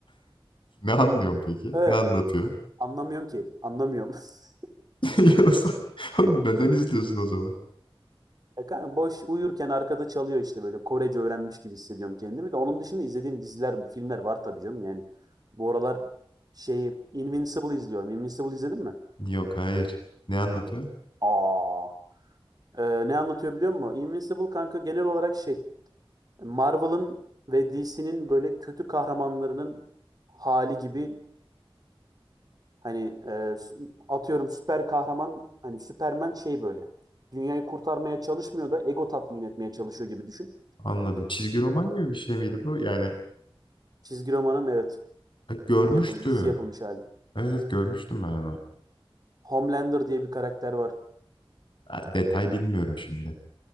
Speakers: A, on the left; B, on the right.
A: ne anlıyorum peki?
B: Ee,
A: Ne anlatıyor?
B: anlamıyorum ki. Anlamıyorum. <laughs>
A: <laughs> Ya da sen- <laughs> Oğlum neden izliyorsun o zaman?
B: Ya kanka boş uyurken arkada çalıyor işte böyle Korece öğrenmiş gibi hissediyorum kendimi de. Onun dışında izlediğim diziler, filmler var tabii canım yani. Bu aralar şeyi Invincible izliyorum. Invincible izledin mi?
A: Yok hayır. Ne anlatıyor?
B: Aa, ee, ne anlatıyor biliyor musun? Invincible kanka genel olarak şey Marvel'ın ve DC'nin böyle kötü kahramanlarının hali gibi Hani e, atıyorum süper kahraman hani Superman şey böyle. Dünyayı kurtarmaya çalışmıyor da ego tatmin etmeye çalışıyor gibi düşün.
A: Anladım. Çizgi roman gibi bir şey miydi bu? Yani
B: Çizgi romanın evet
A: e, görmüştüm.
B: film yapılmış, dizi yapılmış hali.
A: Evet evet, görmüştüm ben onu.
B: Homelander diye bir karakter var.
A: Ha, Detay bilmiyorum şimdi.